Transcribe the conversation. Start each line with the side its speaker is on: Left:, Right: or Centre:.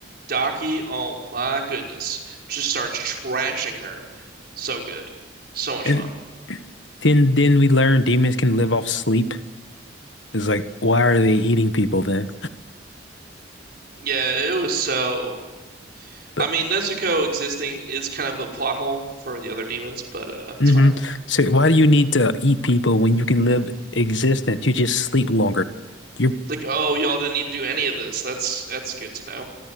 Right: Daki. Oh my goodness, just starts trashing her. So good, so much
Left: And
Right: fun.
Left: then then we learn demons can live off sleep. It's like, why are they eating people then?
Right: Yeah, it was so.
Left: But
Right: I mean, Nezuko existing is kind of a plot hole for the other demons, but uh, it's
Left: mm-hmm.
Right: fine.
Left: So why do you need to eat people when you can live existence? You just sleep longer. You're
Right: It's like, oh, y'all didn't need to do any of this. That's that's good to know.